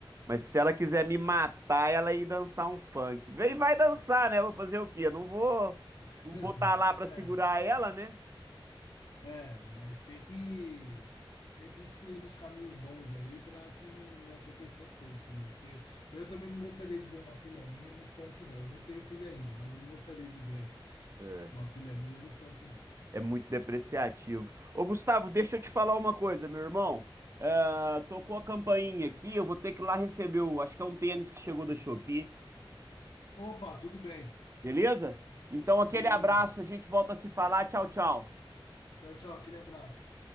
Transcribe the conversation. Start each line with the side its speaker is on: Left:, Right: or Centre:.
Right: Mas se ela quiser me matar, ela ir dançar um funk. Vem, vai dançar, né? Vou fazer o quê? Eu Não vou,
Left: <laughs>
Right: não vou estar lá pra
Left: É,
Right: segurar ela, né?
Left: É, mas tem que sempre instruir nos caminhos bons aí para que não, não aconteça essas coisas também. Porque eu também não gostaria de ver uma filha minha no funk, não. Eu não tenho filha ainda, mas eu não gostaria de ver
Right: É,
Left: uma filha minha no funk, não.
Right: é muito depreciativo. Ô, Gustavo, deixa eu te falar uma coisa, meu irmão. Ah, tocou a campainha aqui, eu vou ter que ir lá receber o, acho que é um tênis que chegou da Shopee,
Left: Opa, tudo bem.
Right: beleza? Então, aquele
Left: Beleza.
Right: abraço, a gente volta a se falar. Tchau, tchau.
Left: Tchau, tchau. Aquele abraço.